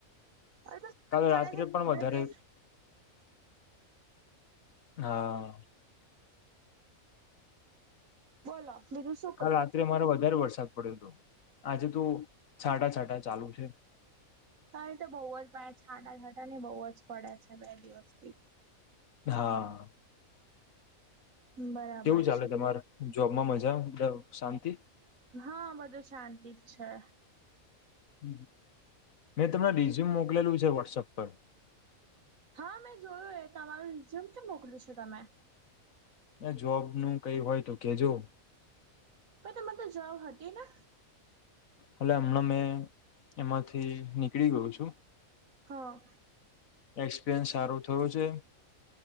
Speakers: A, on the right; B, on the left.
A: અ
B: કાલ
A: પડે
B: રાત્રે
A: હંદર
B: પણ વધારે
A: બે
B: હા
A: બોલો બીજું શું?
B: કાલ
A: ક
B: રાત્રે મારો વધારે વરસાદ પડ્યો હતો આજે તો છાંટા છાંટા ચાલુ છે.
A: હા એ તો બહુ જ છાંટા છાંટા ને બહુ જ પડે છે બે દિવસથી
B: હા
A: બરાબર
B: કેવું ચાલે
A: છે
B: તમારે જોબમાં મજા શાંતિ
A: હા બધું શાંતિ જ છે.
B: હ મેં તમને રિઝ્યુમ મોકલેલું છે વોટ્સઅપ પર
A: હા મેં જોય એ તમારું જેમ કે મોકલ્યું છે તમે
B: એ જોબ નું કઈ હોય તો કેજો
A: પણ તમારે તો જબ હતી ને.
B: હલે હમણાં મેં એમાંથી નીકળી ગયો છું.
A: હા
B: એક્સપિરિયન્સ સારો થયો છે.